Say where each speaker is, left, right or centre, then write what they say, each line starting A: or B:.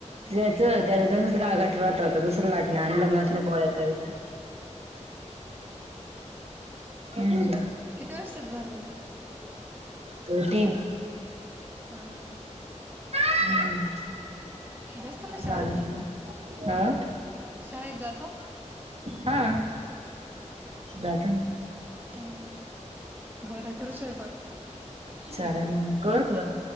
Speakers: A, on the right; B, on the right.
A: ज्याच त्याच्यातूनच गागाठत होात दुसरं लाटण आणल बसले पोळ्या करत. हम्म
B: किती वर्षेत झालाय ग
A: तर ती
B: हा.
A: हम्म
B: बसतो का शाळेत?
A: चालेल मग अ
B: शाळेत जातो?
A: हा जातो ना.
B: हम. बर कर स्वयंपाक
A: चालेल
B: ठेवते
A: मग कर
B: हा